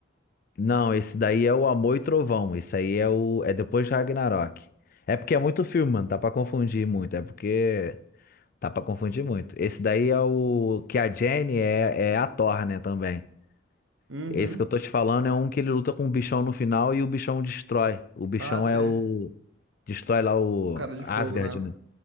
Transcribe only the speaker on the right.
Uhum.
Ah, sim.
O cara de
fogo, né?